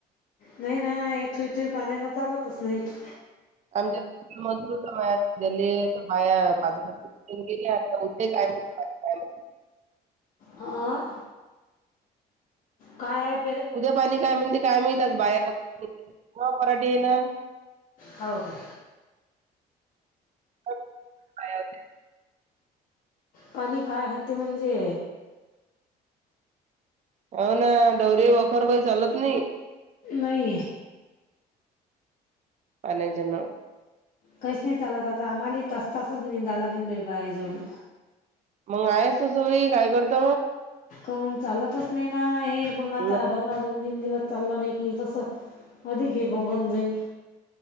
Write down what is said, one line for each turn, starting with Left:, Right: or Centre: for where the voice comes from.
Left: नाही ना ये थुई थुई पाण्यान चालतच नाहीथ.
Right: आमच्या मजूरया गली बाया पाच शंगेरी असताे कायय <unintelligible>
Left: हां. कायब
Right: उद्या पाणी काय म्हणते काय माईत आज बाहे न पराठीे आहे ना.
Left: होव का.
Right: हो काय होते?
Left: पाणी काय आहे ते म्हणजे
Right: हो ना डोरी वखर काई चालत नई.
Left: नई.
Right: पानेजन
Left: काहीच नाही चालत आता आम्हालाही तास तासच निेंदायला गेन बाईजवळून.
Right: मग आहेस त सोरी काय करत.
Left: कऊन चालतच नाही ना हे मंग आता
Right: मग
Left: डव सा दोन तीन दिवस चालला नाही कि तस अधिक हे भंगवून जाईल.